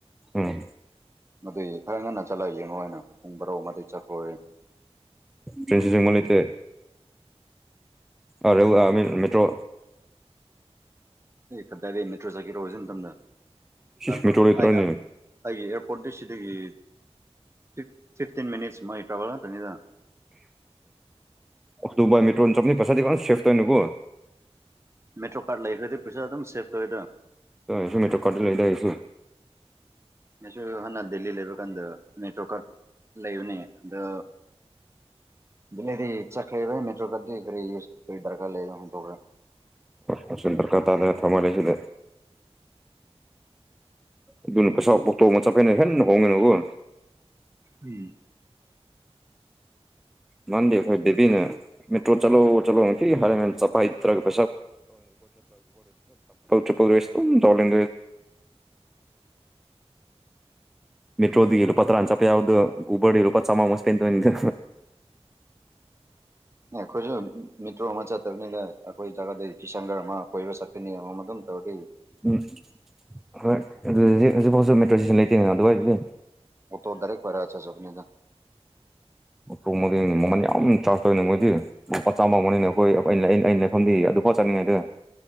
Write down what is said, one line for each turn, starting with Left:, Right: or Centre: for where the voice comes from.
Centre: ꯎꯝ
Right: ꯑꯗꯨꯒꯤ ꯈꯔ ꯉꯟꯅ ꯆꯠꯂ ꯌ‌ꯦꯡ ꯅ ꯄꯨꯡ ꯚꯥꯔ‌ꯣ ꯑꯃꯗꯩ ꯆꯠꯈꯔ‌ꯣ
Centre: ꯐꯔꯤꯟꯁꯤ ꯖꯃꯜ ꯂꯩꯇꯦ ꯑꯔꯥ ꯌꯥꯝ ꯃꯤ ꯃꯦꯇ꯭ꯔꯣ
Right: ꯑꯦ ꯗꯥꯏꯔꯦꯛ ꯃꯦꯇ꯭ꯔꯣ ꯆꯠꯈꯤꯔ‌ꯣ ꯍꯧꯖꯤꯟ ꯃꯇꯝꯗ
Centre: ꯏꯁ
Right: ꯉꯥꯏꯈ‌ꯣ
Centre: ꯃꯦꯇ꯭ꯔꯣ ꯂꯩꯇ꯭ꯔꯣꯅꯦ
Right: ꯑꯩꯅ ꯑꯩꯒꯤ ꯐꯝꯗ‌ꯣ ꯁꯤꯗꯒꯤ ꯐꯤꯐ ꯐꯤꯐꯇꯤꯟ ꯃꯤꯟꯅꯤꯠꯁ ꯁꯨꯝꯃꯥꯏ <unintelligible> ꯇ꯭ꯔ ꯈꯛꯇꯅꯤꯗ
Centre: ꯇꯗꯨꯕꯏ ꯃꯦꯇ꯭ꯔꯣ ꯆꯠꯄꯅꯤ ꯄꯩꯁꯥꯗꯤ ꯐꯖꯅ ꯁꯦꯐ ꯇꯧꯅꯕꯨ
Right: ꯃꯦꯇ꯭ꯔꯣ ꯀꯥꯔꯗ ꯂꯩꯈ꯭ꯔꯗꯤ ꯄꯩꯁꯥ ꯑꯗꯨꯝ ꯁꯦꯞ ꯇꯧꯋꯦꯗꯣ
Centre: ꯁꯨ ꯃꯣꯇꯔ‌ꯣ ꯀꯥꯔꯠꯇꯤ ꯂꯩꯗ ꯑꯩꯁꯨ
Right: ꯅꯁꯨ ꯍꯥꯟꯅ ꯗꯦꯜꯂꯤ ꯂꯩꯕ ꯀꯥꯟꯗ ꯃꯦꯇ꯭ꯔꯣ ꯀꯠ ꯂꯩꯕꯅꯦ ꯑꯗ ꯗ‌ꯦꯜꯂꯤꯗꯤ ꯆꯠꯈ꯭ꯔꯦꯅ ꯃꯦꯇ꯭ꯔꯣꯒꯗꯤ ꯀꯔꯤ ꯀꯔꯤ ꯗꯔꯀꯥꯔ ꯂꯩ ꯍꯨꯟꯗꯣꯛꯈ꯭ꯔꯦ
Centre: ꯑꯣꯁ ꯗꯔꯀꯥ ꯇꯥꯗ <unintelligible> ꯁꯤꯗ ꯑꯗꯨꯅ ꯄꯩꯁꯥ ꯇꯣꯡ ꯆꯠꯄꯅ‌ꯦ ꯍꯦꯟꯅ ꯍꯣꯡꯅꯀ‌ꯣ
Right: ꯎꯝ
Centre: ꯃꯥꯟꯗꯤ ꯈꯣꯏ ꯗꯦꯕꯤꯅꯦ ꯃꯦꯇ꯭ꯔꯣ ꯆꯠꯂꯣ ꯆꯠꯂꯣ ꯍꯥꯏꯔ ꯆꯠꯄ ꯍꯩꯇꯔꯒ <inaudible> <unintelligible> <unintelligible> ꯇꯧ ꯂꯩ
Right: <unintelligible>
Centre: ꯃꯦꯇ꯭ꯔꯣꯗꯤ ꯂꯨꯄꯥ ꯇꯥꯔꯥ ꯆꯠꯄ ꯌꯥꯕꯗꯣ ꯎꯕꯔꯗꯤ ꯂꯨꯄꯥ ꯆꯥꯝꯉꯥ ꯑꯃꯨꯛ ꯏꯁꯄ‌ꯦꯟ ꯇꯧꯔꯅꯤꯗ
Right: <unintelligible> ꯈꯣꯏꯁꯨ ꯃꯠꯇ꯭ꯔꯣ ꯑꯃ ꯆꯠꯇꯅꯤ ꯑꯩꯈꯣꯏ ꯖꯒꯥꯗꯤ ꯀꯤꯁꯟꯒꯔ ꯑꯃ ꯀꯣꯏꯕ ꯁꯛꯀꯅꯤ ꯑꯃꯃ ꯑꯗꯨꯝ ꯇꯧꯔꯔꯤ
Centre: ꯎꯝ ꯍꯣꯏ ꯑꯗꯨ ꯍꯧꯖꯤꯛ ꯍꯧꯖꯤꯛꯐꯥꯎꯁꯨ ꯃꯦꯇ꯭ꯔꯣ ꯏꯁꯇꯦꯁꯟ ꯂꯩꯇꯦꯅꯤꯅ ꯑꯗꯨꯋꯥꯏꯁꯦ
Right: ꯑꯣ ꯇ ꯗꯔꯦꯛ ꯐꯔꯦꯁ ꯁꯈꯅꯤꯗ
Centre: ꯃꯨꯡ ꯃꯃꯟ ꯌꯥꯝ ꯆꯥꯔꯖ ꯇꯧꯔꯤꯅꯦ ꯃꯣꯏꯗꯤ ꯂꯨꯄꯥ ꯆꯥꯃ ꯃꯅꯦ ꯑꯩꯈꯣꯏ ꯑꯩꯅ ꯑꯩꯅ ꯑꯩꯅ ꯐꯝꯗꯤ ꯄꯣ ꯆꯆꯅꯤꯡꯉꯥꯏꯗ